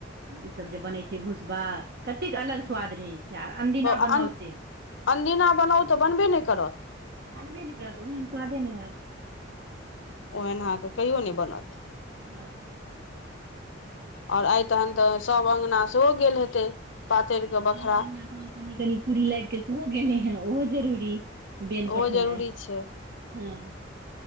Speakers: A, on the right; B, on the left.
A: ई सब जे बनै छै भूसवा कतेक अलग स्वाद रहे छै आर अनदिना
B: ब
A: बनाउ
B: अन
A: से
B: अनदिना बनाउ तऽ बनबे नहि करत।
A: बनबे नहि करत ओहन स्वादे नहि हैत।
B: ओहन अहाँके कहियो नहि बनत।
A: हँ
B: आओर आइ तहन तऽ सभ अङ्गना सेहो गेल हेतै। पातरिके बखरा
A: सब अंगना, हॅं कनि कनि कुड़ी लाइग कऽ सेहो गेलै हे ओहो जरूरी बेन
B: ओहो
A: पठौनाइ
B: जरूरी छै।
A: हँ